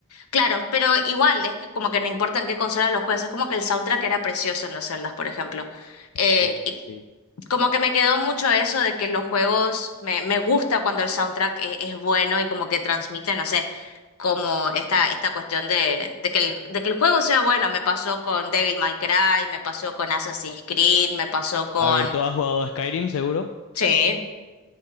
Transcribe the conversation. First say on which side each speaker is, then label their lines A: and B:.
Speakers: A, on the left; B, on the left.
A: Claro, pero igual, es que como que no importa en qué consola los jueces, es como que el soundtrack era precioso en los Zeldas, por ejemplo. Eh,
B: Uf,
A: y
B: sí.
A: como que me quedó mucho eso de que los juegos, me, me gusta cuando el soundtrack e- es, bueno y como que transmite, no sé, como esta, esta cuestión de, de que el, de que el juego sea bueno. Me pasó con Devil May Cry, me pasó con Assassin's Creed, me pasó con...
B: A ver, ¿tú has jugado a Skyrim seguro?
A: Sí.